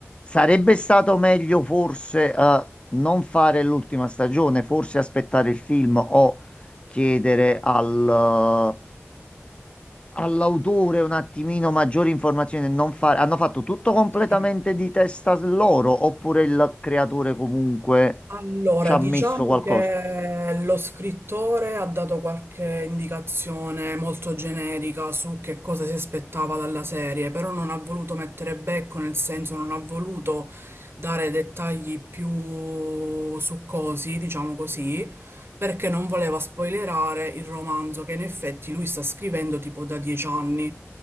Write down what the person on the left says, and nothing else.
Sarebbe stato meglio forse eh, non fare l'ultima stagione, forse aspettare il film o chiedere al, all'autore un attimino maggiori informazioni. e Non fare... Hanno fatto tutto completamente
di testa loro oppure il creatore comunque
ci ha
messo qualcosa?